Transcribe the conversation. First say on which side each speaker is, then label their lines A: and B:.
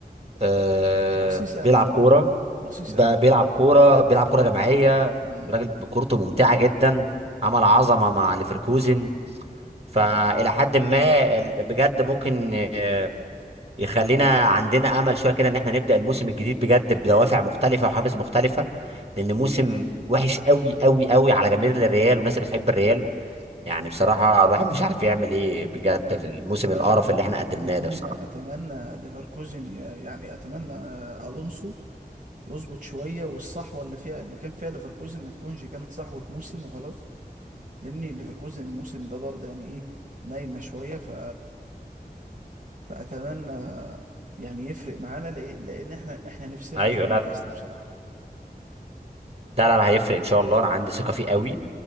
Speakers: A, on the right (about 40°); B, on the right (about 50°).
A: آه
B: بصيص امل
A: بيلعب
B: والله
A: كوره
B: بصيص
A: ب-
B: امل
A: بيلعب كوره بيلعب كوره جماعيه
B: امم
A: راجل كورته ممتعه جدا عمل عظمه مع ليفركوزن فإلى
B: اه
A: حد ما ال- بجد ممكن آه، يخلينا عندنا أمل شوية كده إن إحنا نبدأ الموسم الجديد بجد بدوافع مختلفة وحافز مختلفة لأن موسم وحش قوي قوي قوي على جماهير الريال والناس اللي بتحب الريال يعني بصراحة الواحد مش عارف يعمل إيه بجد في الموسم القرف
B: انا
A: اللي
B: أت-
A: إحنا قدمناه
B: اتمنى
A: ده بصراحة
B: اتمنى ليفركوزن ي- يعني اتمنى آه، الونسو يظبط شويه والصحوه اللي فيها اللي كان فيها ليفركوزن ما تكونش كانت صحوه موسم وخلاص لان ليفركوزن الموسم ده برضه يعني ايه نايمه شويه ف فأتمنى يعني يفرق معانا لإيه؟ لأن احنا احنا نفسنا
A: أيوه
B: نشم
A: لا
B: نفسنا
A: لا
B: بصراحة
A: لا لا لا، هيفرق إن شاء الله أنا عندي ثقة فيه قوي